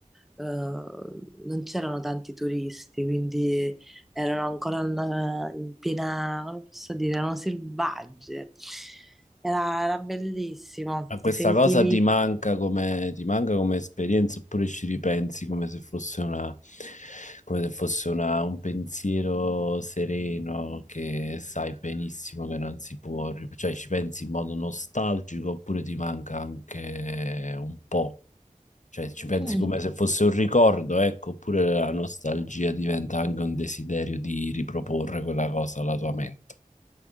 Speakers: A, in the centre; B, on the left.
A: eh, non c'erano tanti turisti, quindi erano ancora in, eh, in piena, come posso dire, erano selvagge. Era, era bellissimo,
B: Ma questa
A: ti sentivi...
B: cosa ti manca come, ti manca come esperienza oppure ci ripensi come se fosse una, come se fosse una- un pensiero sereno che sai benissimo che non si può, ri- cioè ci pensi in modo nostalgico oppure ti manca anche un po', cioè ci pensi
A: Mm.
B: come se fosse un ricordo, ecco, oppure la nostalgia diventa anche un desiderio di riproporre quella cosa alla tua mente.